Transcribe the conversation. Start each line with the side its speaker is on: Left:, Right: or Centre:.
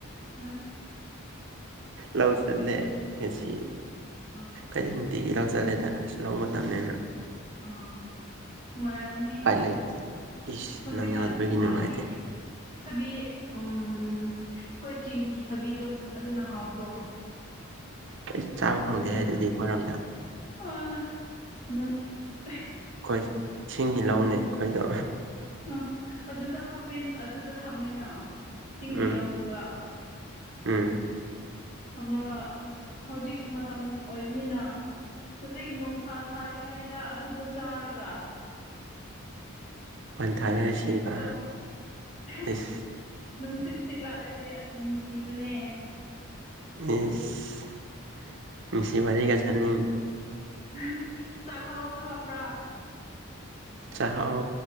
Left: ꯑꯥ
Right: ꯂꯧ ꯆꯠꯂꯦ ꯉꯁꯤ
Left: ꯑꯥ
Right: ꯑꯩꯗꯤ ꯅꯨꯡꯇꯤꯒꯤ ꯂꯧ ꯆꯠꯂꯦꯗ ꯑꯁ ꯂꯧ ꯃꯇꯝꯅꯤꯅ
Left: ꯑꯥ ꯅꯨꯡꯉꯥꯏꯔꯝꯅꯤ
Right: ꯎꯄꯥꯏ ꯂꯩ ꯏꯁ
Left: ꯍꯨꯖꯤꯛꯀꯥꯟ
Right: ꯅꯪ ꯌꯥꯎꯗꯕꯒꯤ
Left: ꯊꯥꯕꯤ
Right: ꯅꯨꯡꯉꯥꯏꯇꯦ
Left: ꯊꯕꯤ ꯎꯝ ꯈꯣꯏ ꯆꯤꯡꯒꯤ ꯊꯕꯤꯗꯣ ꯑꯗꯨꯅ ꯍꯥꯎꯗ꯭ꯔꯣ
Right: ꯈꯦꯠꯂꯤꯁ ꯆꯥꯕ ꯐꯪꯗꯦꯍꯦ
Left: ꯑꯗꯨꯗꯣ
Right: ꯑꯗꯨꯗꯤ ꯑꯩꯈꯣꯏꯔꯣꯝꯗ
Left: ꯑꯥ ꯅꯪ ꯈꯦꯍꯦ
Right: ꯈꯣꯏ ꯁꯤꯡꯒꯤ ꯂꯧꯅꯦ ꯑꯩꯈꯣꯏꯗꯣ
Left: ꯎꯝ ꯑꯗꯨꯗ ꯍꯥꯞꯄꯦꯟ ꯑꯗꯨꯗ ꯊꯝꯃꯦꯅ ꯆꯤꯡꯒꯤ
Right: ꯎꯝ
Left: ꯂꯧꯗꯨꯗ
Right: ꯎꯝ
Left: ꯊꯝꯃꯒꯥ ꯑꯁ ꯍꯧꯖꯤꯛ ꯃꯇꯝ ꯑꯣꯏꯅꯤꯅ ꯍꯧꯖꯤꯛ ꯅꯨꯡꯁꯥ ꯁꯥꯔꯤꯉꯩꯗ ꯑꯗꯨꯗꯣ ꯆꯥꯔꯒ
Right: ꯋꯥꯟꯊꯥꯔꯒ
Left: ꯅꯨꯡꯁꯤꯠ ꯁꯤꯠꯄꯗꯣ
Right: ꯁꯤꯕ
Left: ꯍꯦ
Right: ꯏꯁ
Left: ꯅꯨꯡꯁꯤꯠ ꯁꯤꯠꯂꯛꯑꯗꯤ ꯑꯁ ꯅꯨꯡꯁꯤꯕꯅꯦ ꯑꯦ
Right: ꯏꯁ ꯅꯨꯡꯁꯤ ꯋꯥꯔꯤꯒ ꯁꯥꯅꯤꯡ
Left: ꯍꯦ ꯆꯥꯛꯍꯥꯎꯁꯨ ꯍꯥꯞꯄ꯭ꯔꯥ
Right: ꯆꯥꯛꯍꯥꯎ